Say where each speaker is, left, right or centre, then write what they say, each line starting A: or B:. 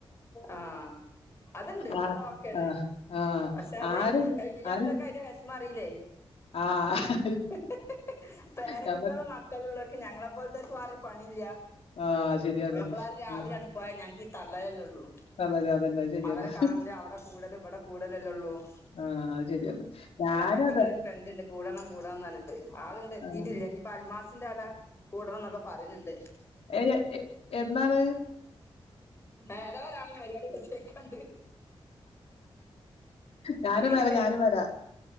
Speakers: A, on the left (about 25°); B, on the left (about 85°).
A: ആ അതണ്ട്
B: ആഹ്
A: അത് വാക്കാണ്
B: ആഹ് ആഹ്
A: പക്ഷെ അതെ
B: ആരും
A: ഇ ല്ലാ
B: ആരും
A: ത്തവർക്ക് അതി വിശമാറിയില്ലേ
B: ആഹ്
A: ഹ് ഹ് പേരകുുട്ടികളും
B: ഞമ്മ
A: മക്കളും ഉള്ളവർക്ക്ും ഞങ്ങളെപ്പോലത്തെര പ ഇല്ല
B: ആഹ് ശരിയാന്ന്.
A: മപ്പിള്ളേർ രാവിലെ
B: ഉം
A: ആാണ് പോയാ ഞങ്ങക്ക് ഈ തള്ളയല്ലേ ഉള്ളൂ
B: അതന്നെ അതന്നെ അത് ശരിയാണ്.
A: അവരെ കാണല് അവിടെ കൂടുതലും ഇവിടെ കൂല്ല
B: ആഹ് അത് ശരിയാണ്. ഞാനും
A: പറ്റ
B: അതെ
A: ക <unintelligible> ണം കൂടണംഞ്ഞിട്ട് ആള ഇങ്ങ എത്തിയിട്ടില്ലനിപ്പ
B: ആഹ്
A: അൽമാസിന്റെ അട കൂടണം എന്നൊക്കെ പറയുന്നുണ്ട്
B: ഏ എന്താണ്
A: ഏതോരാണ് മര്യാദ വച്ചേക്കണ്ട്
B: ഞാനും
A: ഹിഹി
B: വരാ ഞാനും വരാ